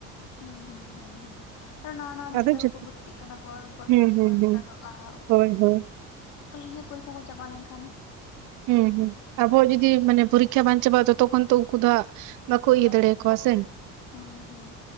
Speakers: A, on the left; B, on the right.
A: ᱦᱩᱸ ᱦᱩᱸ ᱦᱩᱸ ᱦᱩᱸ ᱟᱨ ᱱᱟᱣᱟ ᱱᱟᱣᱟ
B: ᱟᱫᱚ
A: ᱜᱤᱫᱽᱨᱟᱹ
B: ᱡᱚᱛᱚ
A: ᱠᱚ ᱠᱩ ᱵᱷᱩᱨᱛᱤᱜ ᱠᱟᱱᱟ ᱠᱚ ᱟᱨ ᱩᱱᱠᱩᱣᱟᱜ
B: ᱦᱮᱸ
A: ᱠᱞᱟᱥ
B: ᱦᱮᱸ
A: ᱠᱚ
B: ᱦᱮᱸ
A: ᱥᱴᱟᱴ <unintelligible>
B: ᱦᱳᱭ ᱦᱳᱭ
A: ᱤᱭᱟᱹ ᱯᱚᱨᱤᱠᱠᱷᱟ ᱠᱚ ᱪᱟᱵᱟ ᱞᱮᱱ ᱠᱷᱟᱱ
B: ᱦᱩᱸ ᱦᱩᱸ ᱟᱵᱚᱣᱟᱜ ᱡᱚᱫᱤ ᱢᱟᱱᱮ ᱯᱚᱨᱤᱠᱠᱷᱟ ᱵᱟᱝ ᱪᱟᱵᱟᱜᱼᱟ ᱛᱚᱛᱚ ᱠᱷᱚᱱ ᱛᱚ ᱩᱱᱠᱩ ᱫᱚ ᱦᱟᱸᱜ ᱵᱟᱠᱚ
A: ᱠᱞᱟᱥ
B: ᱤᱭᱟᱹ ᱫᱟᱲᱮᱭᱟᱠᱚᱣᱟ
A: ᱠᱚᱼᱼ
B: ᱥᱮ
A: ᱦᱩᱸ ᱦᱩᱸ